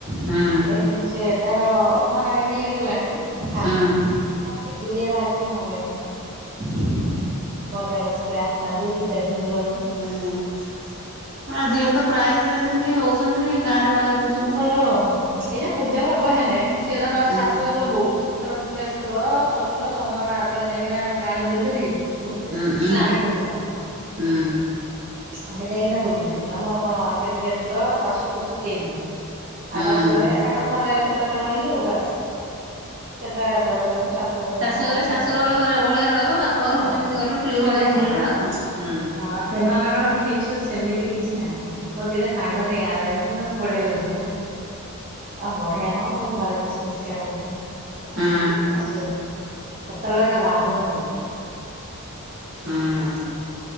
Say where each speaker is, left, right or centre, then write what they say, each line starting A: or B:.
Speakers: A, on the right; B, on the right.
A: ହୁଁ
B: ଏବେ କିନ୍ତୁ ସେ ଯାହାର ମାନେ ଇଏ ହେଇଗଲାଣି ଭାବୁଥ
A: ହୁଁ
B: ଆ ଆମ ଟିକେ ଦୁରିଆ ବାହାଥିନେ ଭଲ ଲାଗିଥାନ୍ତା।
A: <unintelligible>
B: ପଜା ବସ୍ ତେ ଆସିଥାନ୍ତୁ ଦି ଚାରି ଦିନ ରହିଥାନ୍
A: ହୁଁ ଆଜିକାଲି ତ ପ୍ରାୟ ସେ ସେମିତି ହଉଛନ୍ତି ଗାଁ ରେ ବାହେଇ ପଡୁ
B: ହଁ ଏଇ ଯୋଉ ପୂଜା ପର୍ବ ହେଲେେ ସିଏ ଧର
A: ହୁଁ
B: ଶାଶୁ ର ର ବୋଉ ତାର ଦେଷ୍ଠୁର ଶ୍ୱଶୁର ସମସ୍ତଙ୍କ ଆଗରେ ଯାଇକିନା ଗାଁରେ ବୁଲି ପାରିବେ କି? ବୁଲି ପାରିବେନି
A: ହୁଁ
B: କିନ୍ତୁ
A: ନା
B: ଆମେ ବୁଲିପାରିନ।
A: ହୁଁ
B: ଆମେ ଯାଇକିନା ବୁଲି ପାରିବୁ ଆମର କଣ ସେଠି ଦେଷ୍ଟୁର ଶାଶୁ ଶ୍ୱଶୁର କେହି ବି ନାଆ ଆ
A: ହୁଁ।
B: ଶାଶୁଘରେ ତାଙ୍କର ଘରେ ଭିତରେ ରହିଲୁ ବାସ୍ ସେତା ଘରେ ରହିଲୁ ଶାଶୁ ଙ୍କର
A: ଶାଶୁଘରେ
B: ନାମା ଏଲୁ ସେତେରେ
A: ଶାଶୁର ଭଳିଆ ରହିବ ବାପ ଘରକୁ
B: ଆଁ
A: ଯେମିତି ଗଲ ଫ୍ରି ଭଳିଆ
B: ଆସେ
A: ବୁଲିଲ
B: ହଁ ହଁ
A: ଆଉ କଣ। ହୁଁ
B: ଆ ସେମାନଙ୍କର ସେ କିଛୁ ସେମିତି କିଛି ନାଇଁ ମୋର ଦିଟା ସାଙ୍ଗ ସେଇ ଗାଁରେ ବାହାହେଇଛନ୍ତି ତମ ବଢିଆ ଲାଗୁ ଥିଅ ନେ ଆ ବଢିଆ କଣ କ ଘରେ ପୋଷ ପୋଷିକା ରହୁଛ <unintelligible> ଭଲ
A: ହୁଁ
B: ହେଇଚି ମ ଅସୁବିଧା ଏତେବେଳେ ଭାବୁନଥିଲୁ।
A: ହଁ।